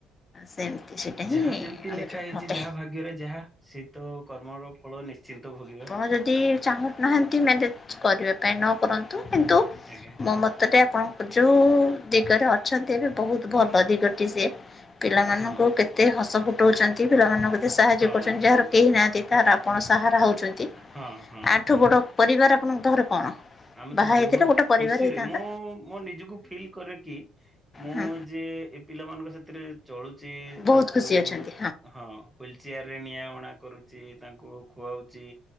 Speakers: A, on the left; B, in the centre.
A: ସେମିତି ସେଇଟା ହିଁ
B: ଯାହା ଯେମିତି
A: ଆମ
B: ଲେଖା
A: ଯୋଉ
B: ହେଇ
A: ଘଟେ
B: ଛି ଯାହା ଭାଗ୍ୟରେ ଯାହା ସେ ତ କର୍ମର ଫଳ ନିଶ୍ଚିନ୍ତ ଭୋଗିବା
A: ଆ ଯଦି ଚାହୁଁ ନାହାଁନ୍ତି ମ୍ୟାନେଜ କରିବା ପାଇଁ ନ କରନ୍ତୁ କିନ୍ତୁ
B: ଆଜ୍ଞା
A: ମୋ ମତରେ ଆପଣଙ୍କ ଯୋଉ ଦିଗରେ ଅଛନ୍ତି ଏବେ ବହୁତ ଭଲ ଦିଗଟି ସେ ପିଲାମାନଙ୍କୁ
B: ହଁ
A: କେତେ ହସ ଫୁଟଉଛନ୍ତି ପିଲାମାନଙ୍କୁ କେତେ ସାହାଯ୍ୟ
B: ହଁ
A: କରୁଛନ୍ତି
B: ହଁ
A: ଯାହାର କେହି ନାହାନ୍ତି ତାର ଆପଣ ସାହାରା ହଉଛନ୍ତି
B: ହଁ ହଁ
A: ଆଠୁ
B: ହଁ।
A: ବଡ ପରିବାର ଆପଣଙ୍କ ପାଖରେ କଣ
B: ଆମେ
A: ବାହା
B: ତ ବହୁତ
A: ହେଇଥିଲେ ଗୋଟେ ପରିବାର
B: ଖୁସିରେ
A: ହେଇଥାନ୍ତା
B: ମୁଁ ମୋ ନିଜକୁ ଫିଲ୍ କରେ କି ମୁଁ
A: ହଁ
B: ଯେ ଏ ପିଲାମାନଙ୍କ ସାଥିରେ ଚଳୁଛି
A: ବହୁତ
B: ତାଙ୍କୁ
A: ଖୁସି ଅଛନ୍ତି
B: ହଁ ହୁଇଲ ଚେୟାର ରେ ନିଆଁ ଉଣା କରୁଛି ତାଙ୍କୁ ଖୁଆଉଛି